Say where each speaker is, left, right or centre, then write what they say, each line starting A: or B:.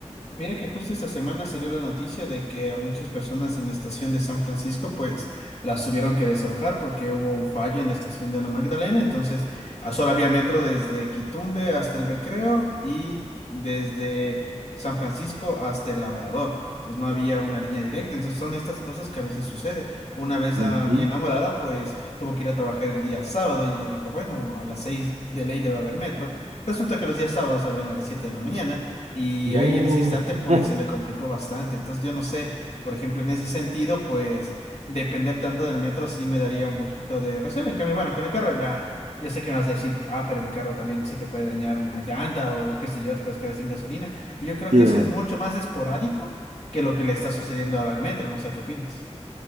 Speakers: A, on the left; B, on the right.
A: Mira que justo esta semana salió la noticia de que a muchas personas en la estación de San Francisco pues las tuvieron que desalojar porque hubo un fallo en la estación de la Magdalena, entonces ah, solo había metro desde Quitumbe hasta el Recreo y desde San Francisco hasta el Labrador, entonces no había una línea directa, entonces son estas cosas que a veces sucede. Una vez
B: Ujú.
A: a mi enamorada pues tuvo que ir a trabajar el día sábado y ella dijo, bueno, a las seis de ley debe haber metro. Resulta que los días sábados abren a las siete de la mañana y
B: No,
A: ahí en ese instante, pues
B: <laughs>
A: se le complicó bastante. Entonces, yo no sé, por ejemplo, en ese sentido, pues depender tanto del metro sí me daría un poquito de recelo. En cambio, bueno, con el carro, bah, yo sé que me vas a decir, ah, pero en el carro también se te puede dañar una llanta o qué sé yo, te puedes quedar sin gasolina. Pero yo creo
B: claro.
A: que eso es mucho más esporádico que lo que le está sucediendo ahora al metro. No sé qué opinas.